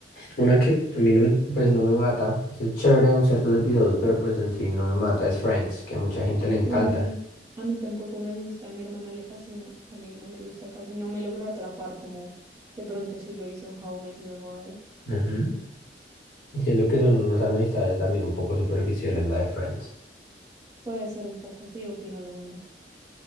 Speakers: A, on the left; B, on the right.
A: Una que a mí no me, pues no me mata, sí es chévere en ciertos episodios, pero pues en sí no me mata, es Friends, que a mucha gente le encanta.
B: Y a mí tampoco me gusta, a mi hermana le fascina, a mí no me gusta casi, no me logró atrapar como de pronto sí lo hizo How I Met Your Mother.
A: Ujú. Siento que son unas amistades también un poco superficiales, la de Friends.
B: Puede ser un poco, sí, opino lo mismo que